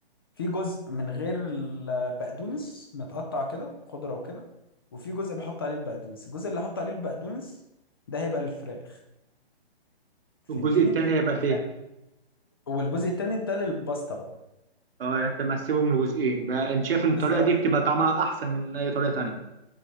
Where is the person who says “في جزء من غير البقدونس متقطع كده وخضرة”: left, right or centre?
Left